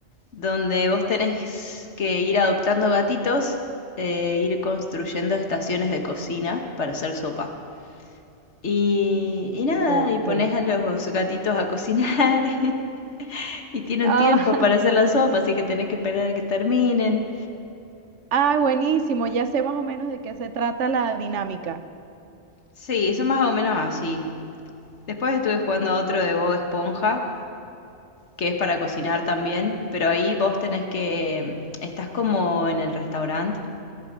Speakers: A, on the left (about 75°); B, on the right (about 80°).
A: donde vos tenés que ir adoptando gatitos e ir construyendo estaciones de cocina para hacer sopa. Y, y nada,
B: Ok.
A: y pones a los gatitos a cocinar <laughs> y tienen
B: Ah,
A: tiempo para hacer la sopa, así que tenés que esperar a que terminen.
B: <laughs> ah, buenísimo. Ya sé más o menos de qué se trata la dinámica.
A: Sí, son más o menos así. Después estuve jugando a otro de Bob Esponja, que es para cocinar también, pero ahí vos tenés que... ¿Estás como en el restaurante